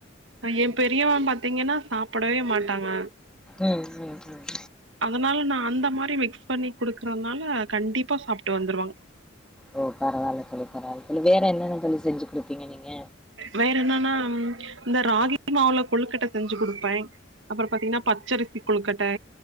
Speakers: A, on the right (about 75°); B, in the centre.
A: ஏ பெரியவ பாத்தீங்கன்னா சாப்புடவே மாட்டாங்க
B: உம் உம் உம்
A: அதனால நா அந்த மாரி மிக்ஸ் பண்ணி குடுக்குறதுனால கண்டிப்பா சாப்ட்டு வந்துருவாங்க
B: ஓ பரவால்ல தோழி பரவால்ல தோழி வேற என்னென்ன தோழி செஞ்சி குடுப்பீங்க நீங்க
A: வேற என்னன்னா இந்த ராகி மாவுல கொழுக்கட்ட செஞ்சு குடுப்பே அப்புறோ பாத்தீங்கன்னா பச்சரிசி கொழுக்கட்டை